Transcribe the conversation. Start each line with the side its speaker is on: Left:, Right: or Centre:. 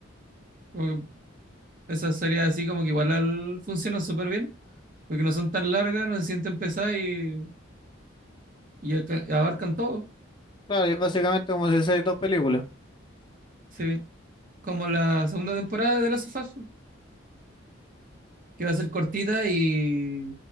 Right: Como que Esa sería así como que igual al- funcionan súper bien, porque no son tan largas, no se sienten pesadas y, y alca- abarcan todo.
Left: Claro, y es básicamente como si hicieran dos películas,
Right: Sí. Como la segunda temporada de la of Us, que va a ser cortita y,